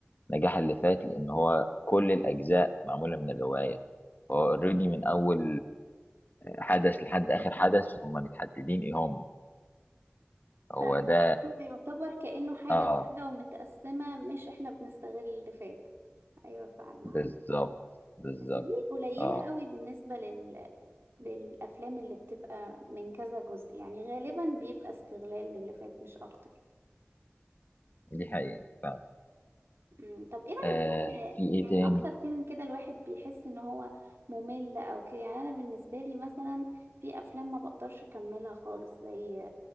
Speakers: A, on the left; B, on the right.
A: نجاح اللي فات لان هو كل الاجزاء معموله من الروايه هو اوريدي من اول حدث لحد اخر حدث هم متحددين ايه هم هو
B: فعلا
A: ده
B: يعني هو يعتبر كأنه حاجة
A: اه
B: واحدة ومتقسمة مش إحنا بنستغل اللي فات أيوة فعلا
A: بالظبط
B: عندك
A: بالظبط
B: بس دي قليلة
A: اه
B: قوي بالنسبة لل... للأفلام اللي بتبقى من كذا جزء يعني غالبا بيبقى استغلال للي فات مش أكتر
A: دي حقيقه
B: مم. طب ايه رأيك
A: آه
B: بقى في
A: في ايه
B: يعني
A: تاني
B: اكتر فيلم كده الواحد بيحس ان هو ممل او كده يعني انا بالنسبة لي مثلا في افلام ما بقدرش اكملها خالص زي